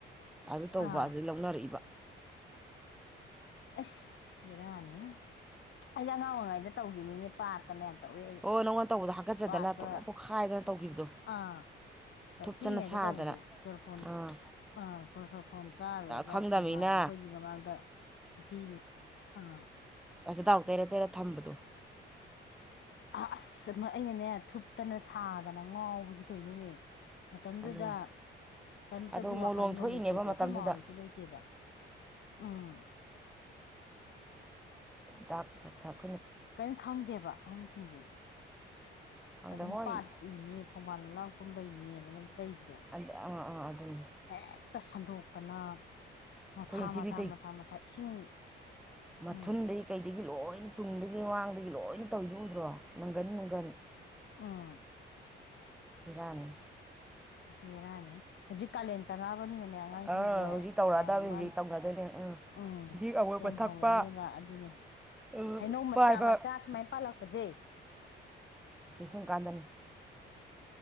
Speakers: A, in the centre; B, on the left.
A: ꯑꯗꯨ ꯇꯧꯕ
B: ꯑꯥ
A: ꯑꯗꯨꯗꯩꯩ ꯂꯧꯅꯔꯛꯏꯕ
B: ꯑꯁ ꯕꯦꯔꯥꯅꯤꯍꯦ ꯑꯩꯗꯤ ꯑꯉꯥꯡ ꯑꯣꯏꯉꯩꯗ ꯇꯧꯈꯤꯕꯃꯤꯅꯦ ꯄꯥꯠꯇꯅꯦ ꯌꯥꯝ ꯇꯧꯋꯦ
A: ꯑꯣ ꯅꯪꯉꯣꯟ ꯇꯧꯕꯗꯣ ꯍꯥꯀꯠꯆꯗꯅ
B: ꯄꯥꯠꯄ
A: ꯇꯣꯛ ꯄꯣꯛꯈꯥꯏꯗꯅ ꯇꯧꯈꯤꯕꯗꯣ
B: ꯑꯥ
A: ꯊꯨꯞꯇꯅ
B: ꯄꯤꯛꯏꯉꯩꯗ
A: ꯁꯥꯗꯅ
B: ꯇꯧꯕꯗꯣ ꯄꯣꯔꯣꯐꯣꯟ
A: ꯑꯥ
B: ꯑ ꯆꯣꯔꯣꯐꯣꯟ ꯆꯥꯔꯨꯔꯒ
A: ꯈꯪꯗꯕꯅꯤꯅ
B: ꯈꯣꯡꯕꯥꯟꯗ ꯑꯩꯈꯣꯏꯒꯤ ꯃꯃꯥꯡꯗ ꯄꯨ꯭ꯔꯤ ꯑꯥ
A: ꯑꯁꯊꯥꯎ ꯇꯩꯔ ꯇꯩꯔ ꯊꯝꯕꯗꯣ
B: ꯑ ꯑꯁ ꯑꯩꯅꯅꯦ ꯊꯨꯞꯇꯅ ꯁꯥꯗꯅ ꯉꯥꯎꯕꯁꯤ ꯀꯩꯅꯣꯅꯦ ꯃꯇꯝꯗꯨꯗ
A: ꯑꯗꯨꯅꯤ
B: ꯀꯩꯝꯇꯗꯤ
A: ꯑꯗꯣ
B: ꯋꯥꯈꯜ
A: ꯃꯣꯂꯣꯝ
B: ꯅꯣꯂꯦꯖ
A: ꯊꯣꯛꯏꯅꯦꯕ
B: ꯂꯩꯇꯦ ꯑꯩꯈꯣꯏ
A: ꯃꯇꯝꯗꯨꯗ
B: ꯃꯥ ꯍꯣꯏꯁꯨ ꯂꯩꯇꯦꯕ ꯎꯝ
A: ꯗꯥꯛ <unintelligible>
B: ꯀꯔꯤꯝ ꯈꯪꯗꯦꯕ ꯑꯍꯟꯁꯤꯡꯁꯦ
A: ꯈꯪꯗ
B: ꯑꯗꯨꯝ
A: ꯍꯣꯏ
B: ꯄꯥꯠꯂꯤꯅꯤ ꯈꯣꯡꯕꯥꯟ ꯂꯣꯂꯥꯡ ꯀꯨꯝꯕꯩꯅꯦ ꯑꯗꯨꯅ ꯂꯩꯕꯗꯣ
A: ꯑꯥ ꯑꯥ ꯑꯗꯨꯅꯤ
B: ꯍꯦꯛꯇ ꯁꯟꯗꯣꯛꯇꯅ
A: ꯑꯩꯈꯣꯏꯅ
B: ꯃꯣꯊꯥ
A: ꯊꯤꯕꯤ
B: ꯃꯊꯥ ꯃꯊꯥ ꯃꯊꯥ ꯏꯁꯤꯡ
A: ꯃꯊꯨꯟꯗꯩ
B: ꯎꯝ
A: ꯀꯩ ꯑꯗꯒꯤ ꯂꯣꯏꯅ ꯇꯨꯡꯗꯒꯤ ꯃꯥꯡꯗꯒꯤ ꯂꯣꯏꯅ ꯇꯧꯏꯗꯨ ꯎꯗ꯭ꯔꯣ ꯅꯪꯒꯟ - ꯅꯨꯡꯒꯟ꯫
B: ꯑꯥ꯫
A: ꯕꯦꯔꯥꯅꯤ꯫
B: ꯕꯦꯔꯥꯅꯤ ꯍꯧꯖꯤꯛ ꯀꯥꯂꯦꯟ ꯆꯪꯉꯛꯑꯕꯅꯤꯅꯅꯦ ꯑꯉꯥꯡꯁꯤꯡꯁꯦ
A: ꯑꯥ ꯍꯧꯖꯤꯛ
B: ꯈꯣꯡꯕꯥꯟ
A: ꯇꯧꯔꯛꯑꯗꯕꯅꯤ
B: ꯂꯣꯡꯃꯜ
A: ꯍꯧꯖꯤꯛ ꯇꯧꯅꯗꯣꯏꯅꯦ
B: ꯎꯝ
A: ꯏꯁꯤꯡ ꯑꯃꯣꯠꯄ
B: ꯌꯥꯝ
A: ꯊꯛꯄ
B: ꯍꯧꯔꯅꯦꯕ ꯑꯗꯨꯅꯦ
A: ꯎꯝ
B: ꯍꯩꯅꯧ ꯃꯆꯥ-
A: ꯄꯥꯏꯕ
B: ꯃꯆꯥ ꯁꯨꯃꯥꯏ ꯄꯥꯜꯂꯛꯄꯁꯦ
A: ꯁꯨꯡ ꯀꯥꯟꯗꯅꯤ꯫